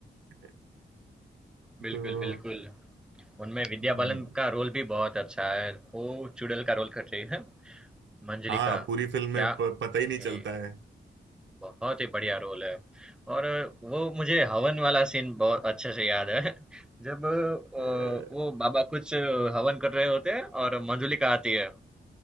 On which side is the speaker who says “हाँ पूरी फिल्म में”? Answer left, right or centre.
Right